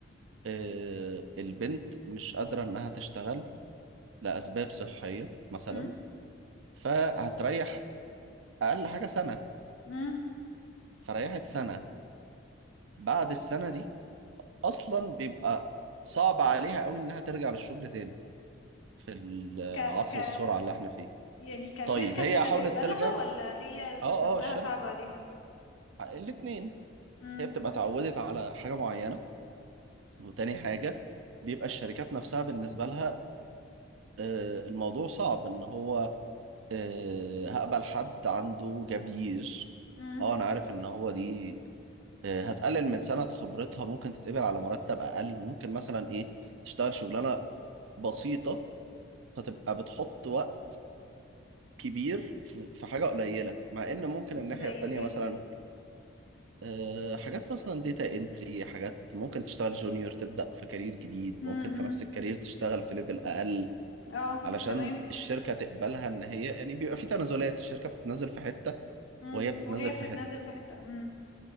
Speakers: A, on the right (about 75°); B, on the left (about 80°).
A: آه، البنت مش قادرة انها تشتغل لاسباب صحية مثلا
B: امم
A: فهتريح اقل حاجة سنة
B: امم
A: فريحت سنة بعد السنة دي اصلا بيبقى صعب عليها قوي انها ترجع للشغل تاني في ال-
B: ك
A: عصر
B: ك
A: السرعه اللي احنا فيه
B: يعني كشركة
A: طيب هي
B: مش هتقبلها
A: حاولت ترجع
B: ولا هي ذات
A: اه
B: نفسها
A: اه الشركه
B: صعبة عليها
A: الاثنين
B: امم
A: هي بتبقى اتعودت على حاجه معينه وتاني حاجه بيبقى الشركات نفسها بالنسبه لها آه، الموضوع صعب ان هو آه، هقبل حد عنده جبير
B: امم
A: اه انا عارف ان هو دي آه، هتقلل من سنه خبرتها ممكن تتقبل على مرتب اقل ممكن مثلا ايه تشتغل شغلانه بسيطه فتبقى بتحط وقت كبير في في حاجة قليلة مع إن ممكن الناحية
B: زي
A: التانية
B: ايه
A: مثلا آه، حاجات مثلا ديتا انتري حاجات ممكن تشتغل جونيور تبدأ في كارير جديد
B: امم
A: ممكن في
B: امم
A: نفس الكارير تشتغل في ليفل أقل
B: اه
A: علشان
B: تمام
A: الشركة تقبلها إن هي يعني بيبقى في تنازلات الشركة بتتنازل في حتة
B: امم
A: وهي بتتنازل
B: وهي بتتنازل
A: في حتة
B: في حتة امم